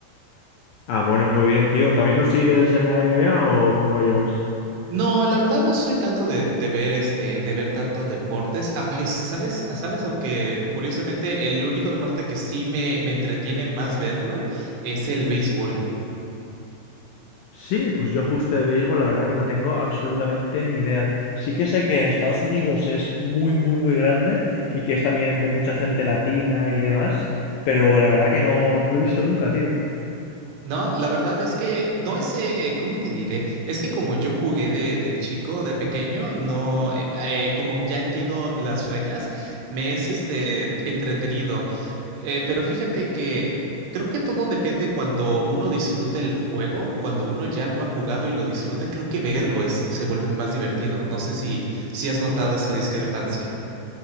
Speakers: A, on the left (about 80°); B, on the right (about 85°).
A: Ah, bueno, muy bien, tío. ¿También lo sigues en la NBA o cómo lo llevas?
B: No, la verdad no soy tanto de, de ver este, de ver tanto deportes, aunque sabes, sabes, aunque curiosamente el único deporte que sí me, me entretiene más verlo es el béisbol.
A: Sí, pues yo justo de béisbol, la verdad que no tengo absolutamente ni idea. Sí que sé que en Estados Unidos es muy, muy, muy grande y que es también de mucha gente latina y demás, pero la verdad que no, no lo he visto nunca, tío.
B: No, la verdad es que no es, eh, ¿cómo te diré? Es que como yo jugué de, de chico, de pequeño, no, eh, eh, como ya entiendo las reglas, me es este entretenido. Eh, pero fíjate que creo que todo depende cuando uno disfrute el juego, cuando uno ya lo ha jugado y lo disfruta, creo que verlo es, se vuelve más divertido. No sé si, si has notado esa discrepancia.